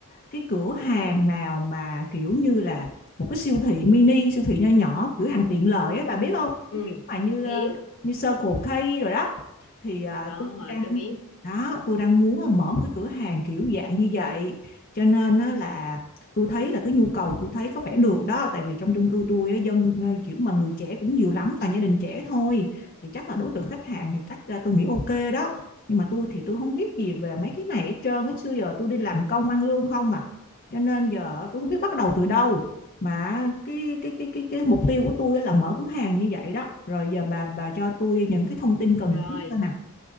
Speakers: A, on the left; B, on the left.
A: cái cửa hàng nào mà kiểu như là một cái siêu thị mini siêu thị nho nhỏ cửa hàng tiện lợi á bà biết không
B: ừ,
A: cái kiểu mà như
B: biết
A: à, như Circle K rồi đó thì à,
B: đó
A: tôi đang
B: tôi biết
A: đó tôi đang muốn à, mở một cái cửa hàng kiểu dạng như vậy cho nên nó là tôi thấy là cái nhu cầu tôi thấy có vẻ được đó tại vì trong chung cư tôi dân ờ, kiểu mà người trẻ cũng nhiều lắm toàn gia đình trẻ thôi thì chắc là đối tượng khách hàng thì chắc ờ, tôi nghĩ ok đó nhưng mà tôi thì tôi không biết gì về mấy cái này hết trơn á xưa giờ tôi đi làm công ăn lương không à cho nên giờ tôi không biết bắt đầu từ đâu mà cái cái cái cái cái mục tiêu của tôi là mở cửa hàng như vậy đó rồi giờ bà bà cho tôi những cái thông tin cần
B: rồi
A: thiết coi nè